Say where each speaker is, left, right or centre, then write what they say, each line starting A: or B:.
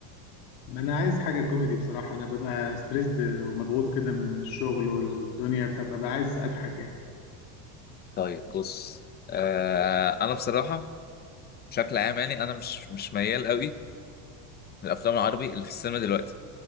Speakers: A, on the left; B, on the left.
A: ما انا عايز حاجه كوميدي بصراحه انا ببقى ستريسد ومضغوط كده من الشغل والدنيا فببقى عايز اضحك يعني
B: طيب بص آه انا بصراحه بشكل عام يعني انا مش مش ميال قوي للافلام العربي اللي في السينما دلوقتي